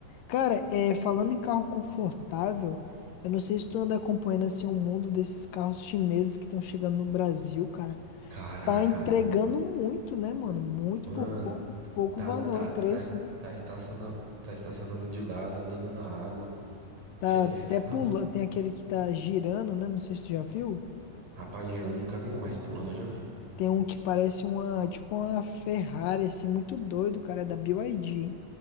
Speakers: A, on the left (about 85°); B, on the right (about 75°).
A: Cara, é, falando em carro confortável, eu não sei se tu anda acompanhando assim o mundo desses carros chineses que estão chegando no Brasil, cara.
B: Caraca,
A: Tá entregando
B: mano.
A: muito, né, mano? Muito
B: Mano,
A: por pouco, pouco
B: tá,
A: valor,
B: tá,
A: preço,
B: tá,
A: né?
B: tá estacionando, tá estacionando de lado, andando na água.
A: Tá
B: Já viu
A: até
B: esses carros?
A: pula, tem aquele que tá girando, né? Não sei se tu já viu.
B: Rapaz, girando eu nunca vi não, mas pulando eu já vi.
A: Tem um que parece uma, tipo uma Ferrari, assim, muito doido, cara, é da BYD.